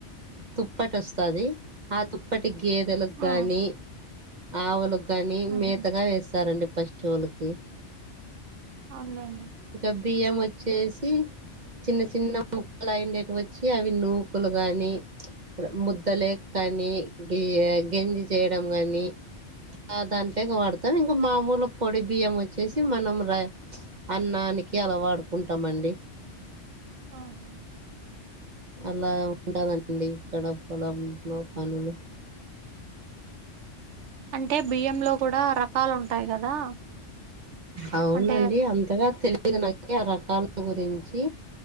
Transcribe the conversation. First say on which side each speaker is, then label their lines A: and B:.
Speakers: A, on the right; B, on the right.
A: తుప్పట వస్తది ఆ తుప్పటి గేదెలకు గాని
B: ఆ
A: ఆవులుకి కాని
B: ఉహు
A: మేతగా వేస్తారండి పశువులకి
B: అవునులేండి
A: ఇంకా బియ్యం వచ్చేసి చిన్న చిన్న ముక్కలు అయిండవి వచ్చి అవి నూకులు గాని ర్ ముద్ద లేక్క కానీ గ గింజి చేయడం కాని దాంట్లో వాడతాం ఇంకా మామూలు పొడి బియ్యం వచ్చేసి మనం రా అన్నాని కిి అలా వాడుకుంటామండి
B: ఆహా
A: అలా ఉంటదండి ఇక్కడ పొలంలో పనులు
B: అంటే బియ్యంలో కూడా రకాలు ఉంటాయి కదా
A: అవునండి
B: అంటే
A: అంతగా తెలియదు నాకి ఆ రకాల గురించి